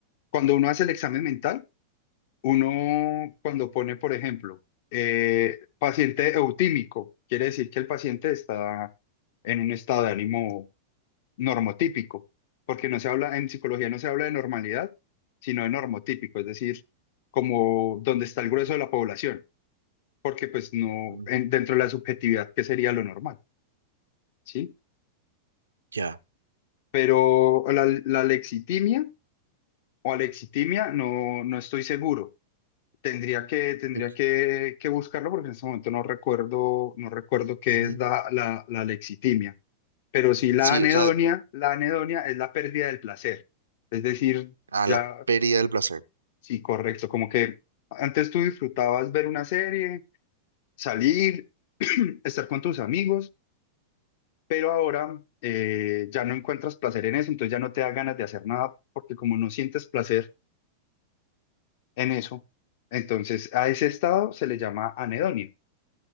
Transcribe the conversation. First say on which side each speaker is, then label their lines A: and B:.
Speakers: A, on the left; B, on the right.
A: cuando uno hace el examen mental, uno cuando pone, por ejemplo, eh, paciente eutímico, quiere decir que el paciente está en un estado de ánimo normotípico, porque no se habla, en psicología no se habla de normalidad, sino de normotípico, es decir, como donde está el grueso de la población, porque pues no,
B: Ujú.
A: en- dentro de la subjetividad, ¿qué sería lo normal? ¿sí?
B: Ya.
A: Pero la, la alexitimia o alexitimia no, no estoy seguro. Tendría que, tendría
B: Ok.
A: que, que buscarlo porque en este momento no recuerdo, no recuerdo qué
B: Ujú.
A: es la, la, la alexitimia. Pero sí la
B: Sí,
A: anedonia,
B: o sea,
A: la anedonia es la pérdida del placer. Es decir,
B: a
A: ya,
B: la pérdida del placer.
A: sí, correcto, como que antes tú disfrutabas ver una serie, salir, <clears throat> estar con tus amigos. pero ahora eh, ya no encuentras placer en eso, entonces ya no te da ganas de hacer nada porque como no sientes placer en eso, entonces a ese estado se le llama anedonia,